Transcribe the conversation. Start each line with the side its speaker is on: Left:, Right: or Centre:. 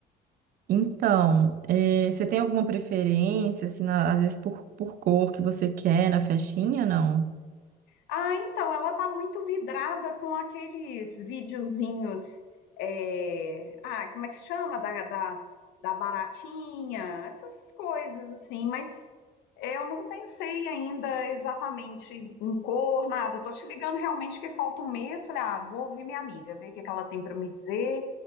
Right: Então, é, você tem alguma preferência, assim, na- às vezes por, por cor que você quer na festinha, não?
Left: Ah, então, ela tá muito vidrada com aqueles videozinhos. é, Ah, como é que chama? Da, da, da baratinha, essas coisas assim, mas é, eu não pensei ainda exatamente em cor, nada. Eu tô te ligando realmente que falta um mês. Falei, ah, vou ouvir minha amiga, ver o que que ela tem para me dizer,